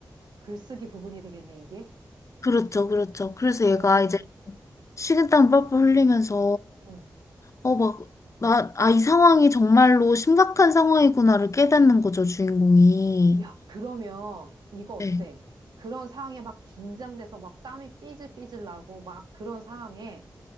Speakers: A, on the right (about 80°); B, on the left (about 45°).
A: 글쓰기 부분이 되겠네, 이게.
B: 그렇죠, 그렇죠. 그래서
A: 어,
B: 얘가 이제 식은땀 뻘뻘 흘리면서
A: 응.
B: 어 막 나 아 이 상황이 정말로 심각한 상황이구나를 깨닫는 거죠 주인공이
A: 야, 그러면 이거 어때?
B: 네,
A: 그런 상황에 막 긴장돼서 막 땀이 삐질삐질 나고, 막 그런 상황에